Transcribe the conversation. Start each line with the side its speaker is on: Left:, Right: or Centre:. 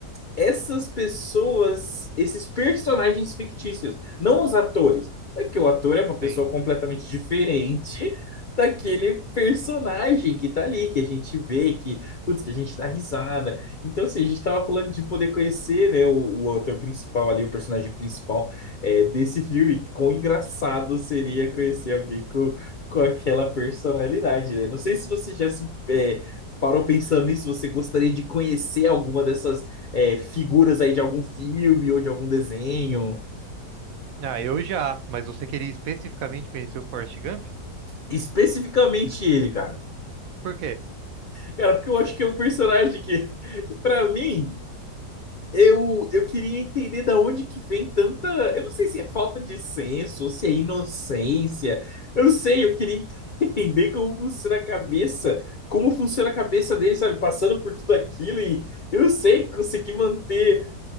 Left: essas pessoas, esses personagens fictícios, não os atores. É que o ator é uma
Right: Sim.
Left: pessoa completamente diferente daquele personagem que tá ali, que a gente vê, que, putz, que a gente dá risada. Então, assim, a gente tava falando de poder conhecer, né, o, o ator principal ali, o personagem principal é, desse filme. Quão engraçado seria conhecer alguém com, com aquela personalidade, né? Não sei se você já se é, parou pensando nisso, você gostaria de conhecer alguma dessas é, figuras aí de algum filme ou de algum desenho.
Right: Ah, eu já, mas você queria especificamente conhecer o Forrest Gump?
Left: Especificamente ele, cara.
Right: Por quê?
Left: Cara, porque eu acho que é um personagem que, <laughs> pra mim, eu, eu queria entender da onde que vem tanta. Eu não sei se é falta de senso, ou se é inocência. Eu não sei, eu queria <laughs> entender como funciona a cabeça. Como funciona a cabeça dele, sabe? Passando por tudo aquilo e eu não sei, conseguir manter